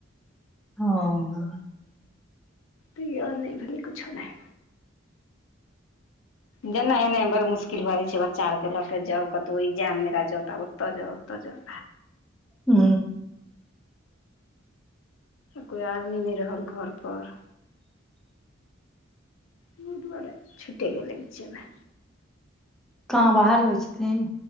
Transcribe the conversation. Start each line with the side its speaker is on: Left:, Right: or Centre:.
Centre: हँ।
Left: तै दुआरे नहि भेलै, कुछु नहि। जेना -ऐनाय बड़ मुश्किल भए जाइ छै, बच्चा आरके लऽ क जाउ, कत तो एग्जाम देलै जाऊ, तऽ ओतऽ जा, ओतऽ जऽ।
Centre: हू।
Left: कोइ आदमी नहि रहल घरपर। ओहि दुआरे छुटि गेलै, बीचेमे।
Centre: कहाँ बाहर रहय छथिन।